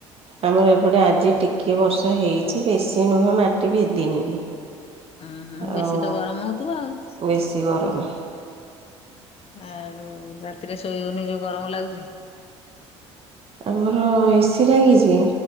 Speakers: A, on the right; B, on the left.
A: ଆମର ଏପଟେ ଆଜି ଟିକିଏ ବର୍ଷା ହେଇଛି ବେଶୀ ନୁହଁ ମାଟି ଭେଦିନି ବି।
B: ଉହଁ ବେଶୀ
A: ଆଉ
B: ତ ଗରମ ହୋଉଥିବ ଆଉ।
A: ବେଶୀ ଗରମ
B: ଆଉ ରାତିରେ ଶୋଇ ହାଉନି ଯୋଉ ଗରମ ଲାଗୁଛି।
A: ଆମର ଏସି ଲାଗିଚି।